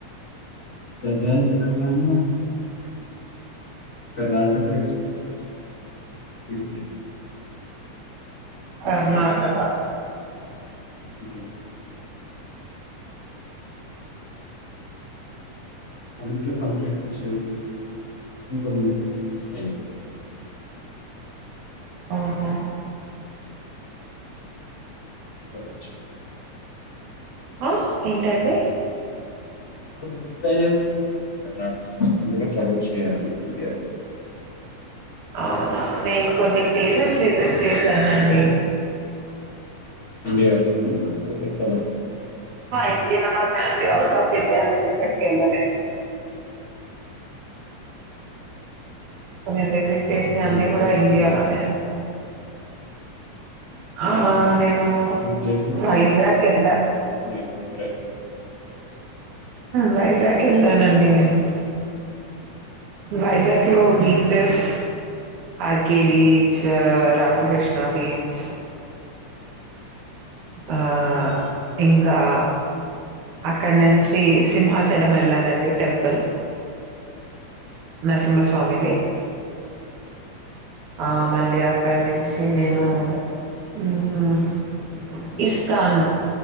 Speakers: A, on the left (about 45°); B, on the right (about 75°).
A: వెళ్ళలినుకున్నగాని కర్ణాటక ఎక్స్‌ప్లోర్ చేస్త యూకే
B: కర్ణాటక
A: ఉ అ ఇంట్లో కంప్లెట్ వచ్చింది కొన్ని మీస్ అయి
B: ఓహో
A: సరేనా
B: ఆ ఏంటండి
A: అప్పుడు మిస్ అయ్యాయి అంటున్న కర్ణాటక లో అది కూడా ట్రై చేయాలి అని
B: అవునా నేను కొన్ని ప్లేసెస్ విజిట్ చేశానండి
A: ఇండియాలో <inaudible>
B: ఇండియాలోనే అండి అవుట్ ఆఫ్ ఇండియా ఎక్కడికి వెళ్ళలేదు సో నేను విజిట్ చేసిన అన్ని
A: ఏ
B: కూడా
A: ప్లేసెస్
B: ఇండియాలోనే ఆ నేను
A: ఏ ప్లేసెస్
B: వైజాగ్
A: అండి కష్టం
B: వెళ్ళా
A: అని చెప్తారు నేను కూడా ట్రై చేస్తాను
B: వైజాగ్ వెళ్ళానండి నేను వైజాక్ లో beaches RK beach Ramakrishna beach ఆ ఇంకా అక్కడ నుంచి సింహాచలం వెళ్ళానండి టెంపుల్ నరసింహస్వామిది
A: ఓకే.
B: ఆ మళ్ళీ అక్కడి నుంచి నేను, హ్మ్ ఇస్కాన్,